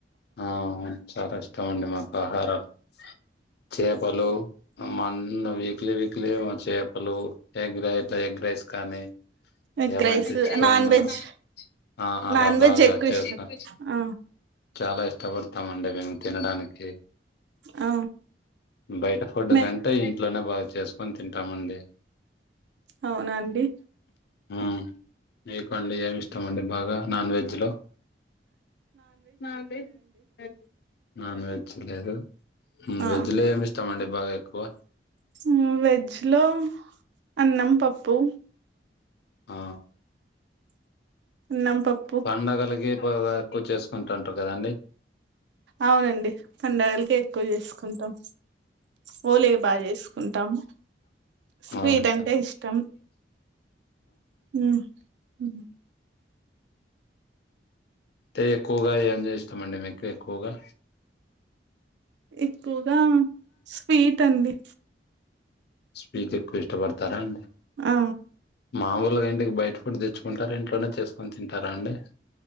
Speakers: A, on the left; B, on the right.
A: ఆ అవును చాలా ఇష్టం అండి మాకు ఆహారాలు చేపలు ఆ మన్ వీక్లీ వీక్లీ వ చేపలు ఎగ్ రైత ఎగ్ రైస్ కానీ
B: ఎగ్
A: ఏమైనా
B: రైస్
A: తెచ్చుకోన్నా
B: నాన్ వెజ్
A: ఆ అలా
B: నాన్ వెజ్
A: బాగా
B: ఎక్కువ
A: చేస్తాం
B: ఇష్టం ఆ
A: చాలా ఇష్టపడతాంమండి మేము తినడానికి
B: ఆ
A: బయట ఫుడ్
B: మే
A: గానీ అే ఇంట్లోనే బాగా చేసుకొని తింటామండి
B: అవునా అండి
A: ఉమ్ మీకుండి ఏమి ఇష్టమండి బాగా నాన్ వెజ్ లో నాన్ వెజ్ లేదు నాన్ వెజ్ లేదు ఉమ్
B: ఆ
A: వెజ్ లో ఏమిష్టమండి బాగా ఎక్కువ
B: ఉ వెజ్ లో అన్నం పప్పు
A: ఆ
B: అన్నం పప్
A: పండగలిగి పగా ఎక్కువ చేసుకుంటుంటారు కదండి
B: అవునండి పండగలకే ఎక్కువ చేసుకుంటాం హోలే బాగా చేసుకుంటాము స్వీట్
A: అవును
B: అంటే ఇష్టం మ్ మ్
A: అంటే ఎక్కుగా ఏం ఇష్టమండి మీకు ఎక్కుగా
B: ఎక్కుగా స్వీట్ అండి
A: స్పీక్ ఎక్కు ఇష్టపడతారా అండి
B: ఆ
A: మాములుగా ఇంటికి బయట ఫుడ్ తెచ్చుకుంటారు ఇంట్లోనే చేసుకొని తింటారా అండి